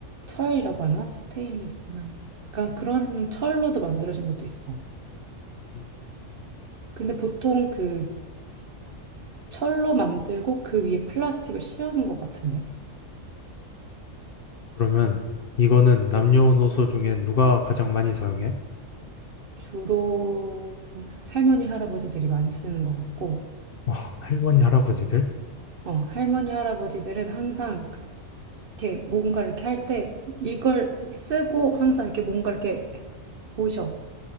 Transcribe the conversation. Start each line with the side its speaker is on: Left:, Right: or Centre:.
Right: 철이라고 하나? 스테인리스나. 약간 그런 철로도 만들어진 것도 있어.
Left: 음,
Right: 근데 보통 그 철로 만들고 그 위에 플라스틱을 씌우는 것 같은데.
Left: 그러면 이거는 남녀노소 중에 누가 가장 많이 사용해?
Right: 주로 할머니 할아버지들이 많이 쓰는 것 같고
Left: 어, 할머니, 할아버지들?
Right: 어, 할머니 할아버지들은 항상 이렇게 뭔가 이렇게 할 때 이걸 쓰고 항상 이렇게 뭔가 이렇게 보셔.